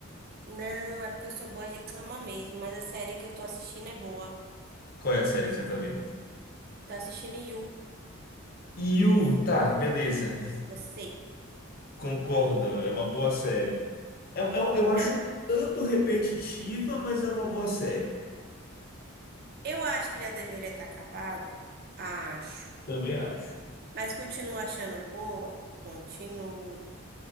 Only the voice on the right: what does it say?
Não, é porque eu sou boa de cama mesmo, mas a série que eu tô assistindo é boa.
Tô assistindo You,
você.
Eu,
eu acho que já deveria ter acabado. Acho.
Mas continuo achando boa? Continuo.